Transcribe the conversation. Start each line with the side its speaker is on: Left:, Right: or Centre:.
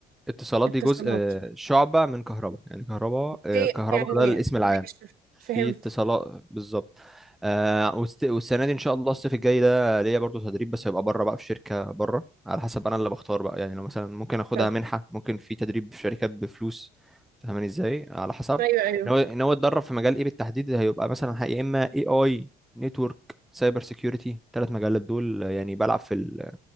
Centre: اتصالات
Right: اتصالات
Centre: دي جزء آه، شعبة من كهرباء يعني كهرباء آه،
Right: هي
Centre: كهرباء
Right: يعني
Centre: ده الاسم العام
Right: ماشي
Centre: في
Right: فهمت
Centre: اتصالات بالظبط آه، والست- والسنة دي إن شاء الله الصيف الجاي ده ليا برضو تدريب بس هيبقى بره بقى في شركة بره على حسب أنا اللي بختار بقى يعني لو مثلا ممكن أخدها
Right: فهمت
Centre: منحة ممكن في تدريب في شركات بفلوس فاهماني إزاي على حسب
Right: ايوه ايوه
Centre: إن هو إن هو يتدرب في مجال إيه بالتحديد هيبقى مثلا يا إما AI نتورك سايبر سيكيورتي ثلاث مجالات دول آه، يعني بلعب في ال-